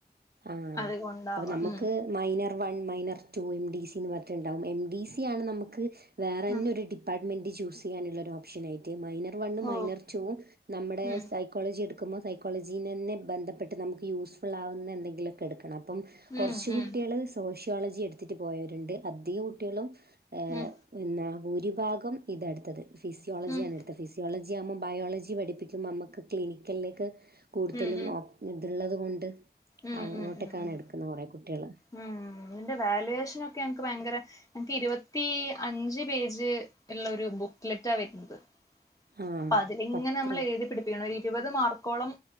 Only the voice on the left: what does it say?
അതുകൊണ്ടാവാം
ഉം
ഉം
ഓ
ഉം
ഉം
ഉം
ഉം
ഉം
ഉം ഉം
ഉം ഉം
ഉം ഉം ഉം
ഉം ഇന്റെ വാല്യൂവേഷൻ ഒക്കെ ഞങ്ങക്ക് ഭയങ്കരെ എനിക്ക് ഇരുപത്തി അഞ്ച് പേജ് ഉള്ള ഒരു ബുക്ക്ലെറ്റാ വരുന്നത്
അപ്പ അതില് ഇങ്ങനെ
നമ്മൾ എഴുതി പിടിപ്പിക്കണം ഇരുപത് മാർക്കോളം